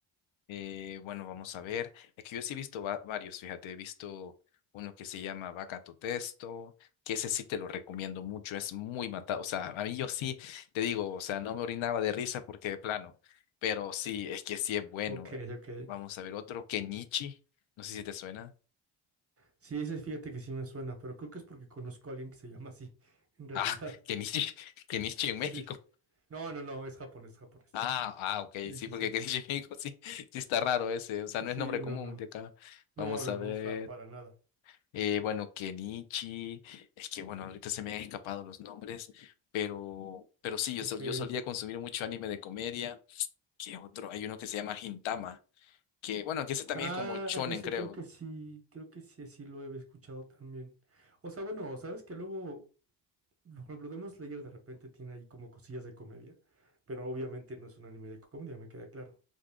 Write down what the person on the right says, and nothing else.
Ok,
ok.
Sí, ese fíjate que sí me suena, pero creo que es porque conozco a alguien que se llama así, <laughs> en realidad.
Sí.
No, no, no, es japonés, japonés.
Sí,
sí,
sí,
sí, sí.
Sí,
no, no.
No,
no,
no,
o sea, para nada.
Ok.
Ah,
ese
creo que sí, creo que sí, sí lo he escuchado también. O sea, bueno, sabes que luego, por ejemplo, Demon Slayer de repente tiene ahí como cosillas de comedia, pero obviamente no es un anime de comedia, me queda claro.